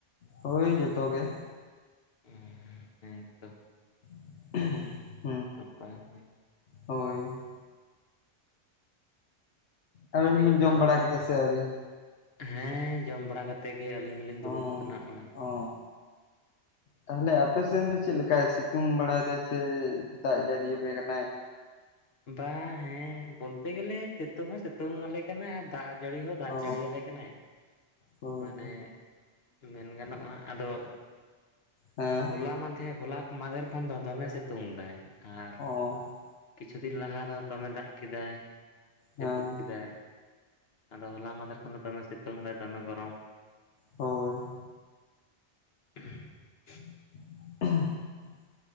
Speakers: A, on the left; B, on the left.
A: ᱦᱳᱭ ᱡᱚᱛᱚ ᱜᱮ᱾
B: ᱦᱩᱸ ᱦᱮᱸᱛᱚ᱾
A: <inaudible>
B: ᱱᱟᱯᱟᱭ ᱜᱮ
A: ᱦᱳᱭ᱾ ᱟᱵᱤᱱ
B: ᱜᱮ ᱫᱤᱭᱮ
A: ᱫᱚ ᱵᱤᱱ ᱡᱚᱢ
B: ᱛᱟᱦᱚᱞᱮ
A: ᱵᱟᱲᱟ ᱠᱮᱫᱟ ᱥᱮ ᱟᱣᱨᱤ?
B: ᱦᱮᱸ ᱡᱚᱢ ᱵᱟᱲᱟ ᱠᱟᱛᱮᱫ ᱜᱮ ᱟᱹᱞᱤᱧ ᱦᱚᱞᱤᱧ
A: ᱦᱚᱸ
B: ᱫᱩᱲᱩᱵ ᱠᱟᱱᱟ, ᱱᱚᱜᱼᱚᱭ
A: ᱚ ᱛᱟᱦᱚᱞᱮ ᱟᱯᱮᱥᱮᱱ ᱫᱚ ᱪᱮᱫ ᱞᱮᱠᱟᱭ ᱥᱤᱛᱩᱝ ᱵᱟᱲᱟᱭ ᱫᱟᱭ ᱥᱮ ᱫᱟᱜ ᱡᱟᱹᱲᱤ ᱟᱯᱮ ᱠᱟᱱᱟᱭ?
B: ᱵᱟ ᱦᱮᱸ ᱵᱚᱞᱛᱮ ᱜᱮᱞᱮ ᱥᱤᱛᱩᱝ ᱦᱚᱸ ᱥᱤᱛᱩᱝ ᱟᱞᱮ ᱠᱟᱱᱟᱭ ᱟᱨ ᱫᱟᱜ ᱡᱟᱹᱲᱤ ᱦᱚᱸ ᱫᱟᱜ
A: ᱚ
B: ᱡᱟᱹᱲᱤᱭᱟ ᱞᱮ ᱠᱟᱱᱟᱭ᱾
A: ᱦᱳᱭ
B: ᱢᱟᱱᱮ ᱢᱮᱱ ᱜᱟᱱᱚᱜᱼᱟ, ᱟᱫᱚ
A: ᱦᱮᱸ᱾
B: ᱦᱚᱞᱟ ᱢᱟᱱᱫᱷᱮᱨ ᱦᱚᱞᱟ ᱢᱟᱱᱫᱷᱮᱨ ᱠᱷᱚᱱ ᱫᱚ ᱫᱚᱢᱮ ᱥᱤᱛᱩᱝ ᱫᱟᱭ ᱟᱨ
A: ᱚᱸ᱾
B: ᱠᱤᱪᱷᱩ ᱫᱤᱱ ᱞᱟᱦᱟ ᱨᱮ ᱫᱚᱢᱮ ᱫᱟᱜ ᱠᱮᱫᱟᱭ, ᱡᱟᱹᱯᱩᱫ
A: ᱦᱮᱸ
B: ᱠᱮᱫᱟᱭ ᱟᱫᱚ ᱦᱚᱞᱟ ᱢᱟᱱᱫᱷᱮᱨ ᱠᱷᱚᱱ ᱫᱚ ᱫᱚᱢᱮ ᱥᱤᱛᱩᱝ ᱫᱟᱭ, ᱫᱚᱢᱮ ᱜᱚᱨᱚᱢ
A: ᱦᱳᱭ᱾
B: <inaudible>
A: <inaudible>